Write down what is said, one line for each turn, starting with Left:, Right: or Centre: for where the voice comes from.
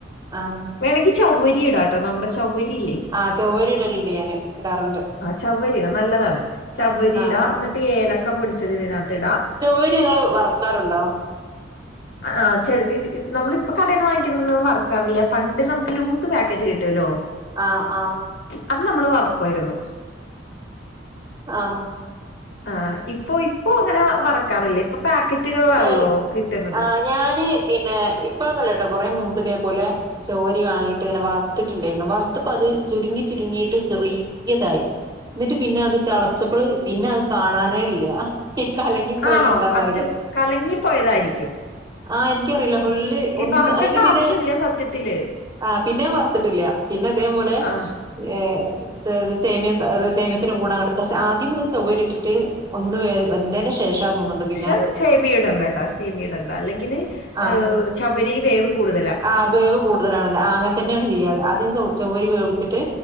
Right: ആഹ്
Left: വേണങ്കി ചൗവരി ഇടാട്ടോ നമ്മുടെ ചൗവരില്ലേ
Right: ആഹ് ചവ്വരി ഇടലുണ്ട് ഞാന് ഇടാറുണ്ട്
Left: ചവ്വരിടാ നല്ലതാണ് ചവ്വരിടാ
Right: ആ ആ
Left: എന്നിട്ട് ഏലക്ക പൊടിച്ചത് ഇതിനകത്ത് ഇടാ
Right: ചവ്വരി നിങ്ങള് വറുക്കാറുണ്ടോ?
Left: ആഹ് ചെലര് നമ്മളിപ്പൊ കടേന്ന് വാങ്ങിക്കുന്നേന്നും വറ്ക്കാറില്ല പണ്ട് നമുക്ക് ലൂസ് പാക്കറ്റ് കിട്ടുവല്ലോ
Right: ആഹ് ആഹ്
Left: അത് നമ്മള് വറുക്കുവായിരുന്നു.
Right: ആഹ്
Left: ആഹ് ഇപ്പൊ ഇപ്പൊ അങ്ങനെ മറക്കാറില്ലേ ഇപ്പൊ പാക്കറ്റുകളിലാണല്ലോ
Right: <unintelligible>
Left: കിട്ടുന്നത്.
Right: ആഹ് ഞാന് പിന്നെ ഇപ്പഴൊന്നും അല്ലട്ടോ കൊറെ മുമ്പ് ഇതേ പോലെ ചവ്വരി വാങ്ങിയിട്ട് ഇങ്ങനെ വറുത്തിട്ടുണ്ടായിരുന്നു വറുത്തപ്പത് ചുരുങ്ങി ചുരുങ്ങിയിട്ട് ചെറി യതായി എന്നിട്ട് പിന്നെ അത് തെളച്ചപ്പള്
Left: ആ-
Right: പിന്നെ അത് കാണാനേ ഇല്ല. ഈഹ് കലങ്ങി പോയത്
Left: ആണോ
Right: എന്താന്നറിയില്ലേ
Left: അത് ചെല കലങ്ങിപ്പോയതായിരിക്കും.
Right: ആഹ് എനിക്കറിയില്ല ഫുള്ള്
Left: ഈ
Right: ഒന്ന്
Left: വറക്കണ്ട
Right: അയില് പിന്നെ
Left: ആവശ്യല്ല സത്യത്തില്
Right: ആഹ് പിന്നെ ഞാൻ വറുത്തിട്ടില്ല. പിന്നെ അതേ പോലെ
Left: ആഹ്
Right: ഏഹ് <unintelligible> സേമിയതാ സേമ്യത്തിന്റെ കൂടെ അങ്ങട്ട് <unintelligible> ആദ്യം തന്നെ ചവ്വരി ഇട്ടിട്ട് ഒന്ന് വേ വെന്തേനു ശേഷാ തോന്നുന്നുണ്ട്
Left: പക്ഷെ
Right: പിന്നെ
Left: സേമിയ ഇടണ്ടട്ടാ സേമിയ ഇടണ്ട അല്ലെങ്കില്
Right: ആഹ്
Left: ഏഹ് ചവ്വരി വേവ് കൂടുതലാ
Right: ആഹ് വേവ് കൂടുതലാണല്ലോ ആഹ് അങ്ങനെ തന്നെയാണ് ചെയ്യാറ് ആദ്യം ചവ് ചവ്വരി വേവിച്ചിട്ട്